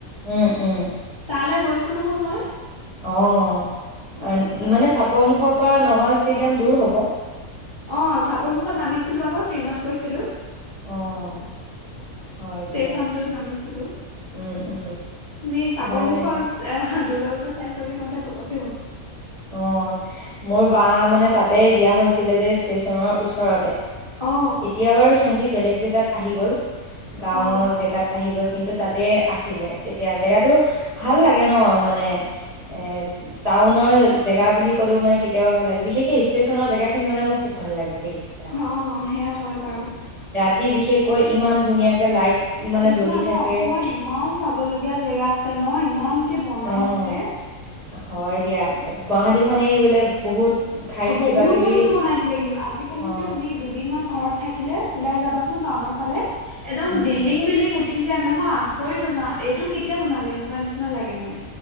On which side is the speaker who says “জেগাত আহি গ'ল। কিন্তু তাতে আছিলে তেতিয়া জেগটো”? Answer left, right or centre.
Right